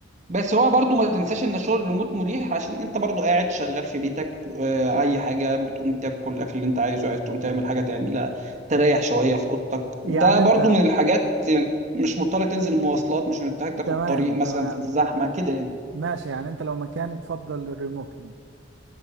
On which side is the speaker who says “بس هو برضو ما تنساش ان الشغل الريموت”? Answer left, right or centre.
Right